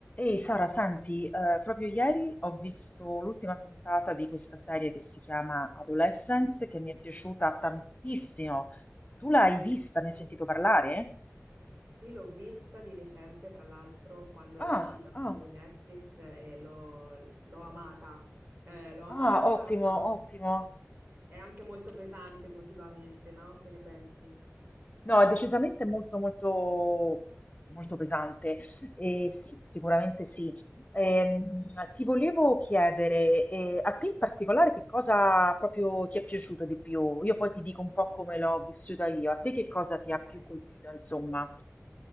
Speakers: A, on the left; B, on the right.
A: Ehi Sara, senti, eh, proprio ieri ho visto l'ultima puntata di questa serie che si chiama Adolescence, che mi è piaciuta tantissimo. Tu l'hai vista, ne hai sentito parlare?
B: Sì, l'ho vista di recente, tra l'altro, quando
A: Ah,
B: è uscita
A: ah,
B: su Netflix e l'ho l'ho amata. Eh, l'ho amata,
A: ah, ottimo,
B: ma
A: ottimo.
B: è anche molto pesante emotivamente, no? Che ne pensi?
A: No, è decisamente molto, molto, molto pesante. E
B: Mm,
A: sì, sicuramente sì. Ehm, ti volevo chiedere, eh, a te in particolare che cosa proprio ti è piaciuto di più? Io poi ti dico un po' come l'ho vissuta io. A te che cosa ti
B: ok.
A: ha più colpito, insomma?